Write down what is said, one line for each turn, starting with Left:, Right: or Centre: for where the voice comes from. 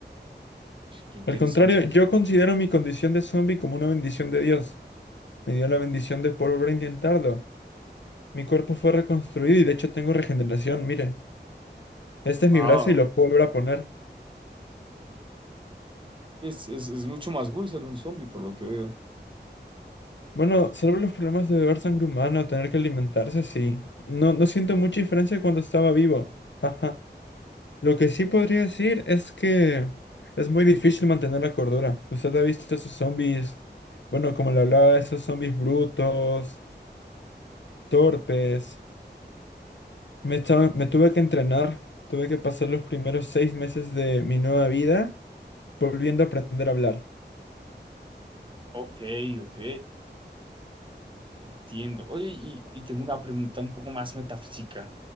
Right: Qué interesante.
Left: Al contrario, yo considero mi condición de zombie como una bendición de Dios. Me dio la bendición de poder volver a intentarlo. Mi cuerpo fue reconstruido y de hecho tengo regeneración, mire. Este es
Right: Wow.
Left: mi brazo y lo puedo volver a poner.
Right: Es, es, es mucho más cool ser un zombie, por lo que veo.
Left: Bueno, salvo los problemas de beber sangre humana o tener que alimentarse, sí. No, no siento mucha diferencia de cuando estaba vivo. Ajá. Lo que sí podría decir es que es muy difícil mantener la cordura. Usted ha visto esos zombies, bueno, como le hablaba, esos zombies brutos, torpes. Me, estaba- me tuve que entrenar. Tuve que pasar los primeros seis meses de mi nueva vida. Volviendo a aprender a hablar.
Right: Ok, ok, entiendo. Oye, y, y tengo una pregunta un poco más metafísica